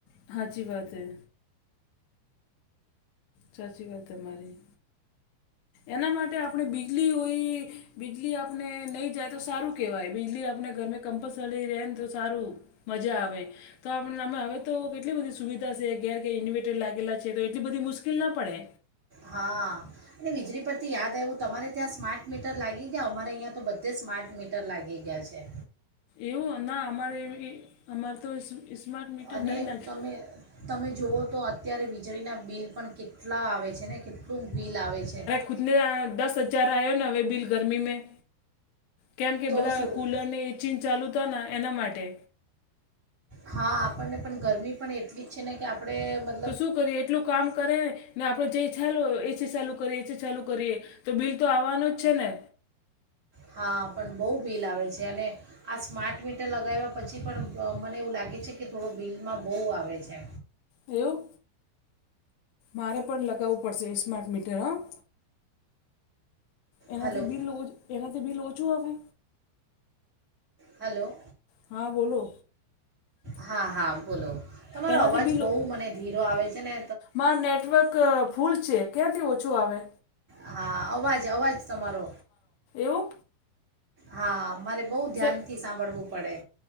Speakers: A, on the left; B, on the right.
A: હાચી વાત હે. સાચી વાત તમારી. એના માટે આપણે બીજળી હોય. બીજલી આપણે નહી જાય તો સારું કેવાય બીજલી આપણે ઘર કમ્પલસરી રે ને તો સારું. મજા આવે. તો આપ ના મે હવે તો કેટલી બધી સુવિધા છે ઘેર ઘેર ઇન્વેર્ટર લાગેલા છે તો એટલી બધી મુશ્કેલ ના પડે.
B: હા અને વીજળી પરથી યાદ આવ્યું તમારે ત્યાં સ્માર્ટ મીટર લાગી ગ અમારે અહીંયા તો બધે સ્માર્ટ મીટર લાગી ગયા છે
A: એવું ના અમારે એવી અમારે તો સ્માર્ટ મીટર
B: અને
A: નહીં લાગે
B: તમે તમે જુઓ તો અત્યારે વીજળીના બિલ પણ કેટલા આવે છે ને કેટલું બિલ આવે છે
A: ખુતના દસ હજાર આવ્યોને હવે બિલ ગરમીમાં કેમ કે
B: તો
A: બધા
B: શું
A: કૂલરને એ ચીન ચાલુ હતા એના માટે
B: હા આપણને પણ ગરમી પણ એટલી જ છે ને કે આપણેે
A: તો શું કરીએ એટલું કામ કરે ને. ને આપણે જે ચાલ એસી ચાલુ કરીએ એસી ચાલુ કરીએ. તો બિલ તો આવવાનો જ છે ને.
B: હા પણ, બહુ બીલ આવે છે અને. આ સ્માર્ટ મટર લગાવ્યા પછી પણ મને એવું લાગે છે કે થોડો બિલમાં બહુ આવે છે.
A: હું મારે પણ લગાવવું પડશે સ્માર્ટ મીટર હં. એનાથી
B: હલો
A: બી લો એનાથી બી લો ઓચું આવે.
B: હલો!
A: હા બોલો.
B: હા હા, બોલો તમારો
A: એનાથી
B: અવાજ
A: બિલ
B: બહુ મને ધીરો આવે છે ને.
A: મારું નેટવર્ક ફૂલ છે ક્યાંથી ઓછું આવે.
B: હા! અવાજ અવાજ તમારો
A: એવું
B: હા મારે. બહુ ધ્યાનથી
A: સર
B: સાંભળવું પડે.